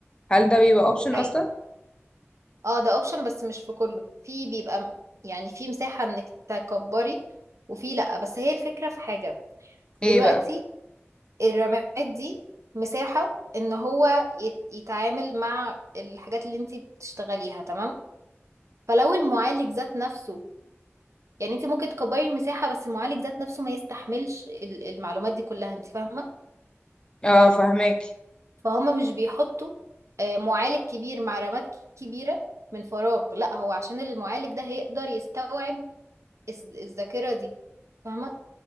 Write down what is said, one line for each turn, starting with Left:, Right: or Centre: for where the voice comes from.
Left: هل ده بيبقى اوبشن
Right: دي حقيقة
Left: اصلا
Right: اه ده اوبشن بس مش في كله في بيبقى م- يعني في مساحة انك تكبري وفي لأ بس هي الفكرة في حاجة دلوقتي
Left: ايه بقى
Right: الرماد دي مساحة ان هو يت- يتعامل مع الحاجات اللي انت بتشتغليها تمام فلو المعالج ذات نفسه يعني انت ممكن تكبري المساحة بس المعالج ذات نفسه ما يستحملش ال- المعلومات دي كلها انت فاهمة
Left: اه فهماكي
Right: فهما مش بيحطوا آه، معالج كبير مع رماد ك- كبيرة من فراغ لا هو عشان المعالج ده هيقدر يستوعب الس- الذاكرة دي فاهمة